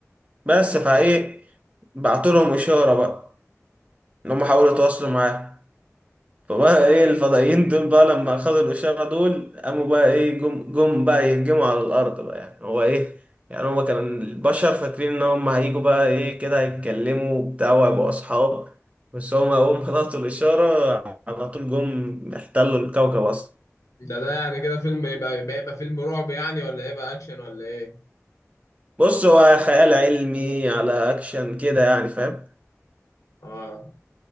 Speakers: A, on the right; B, on the left.
A: بس فايه بعت لهم اشاره بقى ان هم حاولوا يتواصلوا معاه فبقى ايه الفضائيين دول بقى لما خدوا الاشاره دول قاموا بقى ايه جم جم بقى يهجموا على الارض بقى يعني هو ايه يعني هو كان البشر فاكرين ان هم هيجوا بقى ايه كده هيتكلموا وبتاع وهيبقوا اصحاب بس هم اول ما خلصوا الاشاره على طول جم احتلوا الكوكب اصلا
B: ده ده يعني كده فيلم يبقى يبقى, يبقى فيلم رعب يعني ولا يبقى أكشن ولا إيه؟
A: بص هو خيال علمي على اكشن كده يعني فاهم
B: آه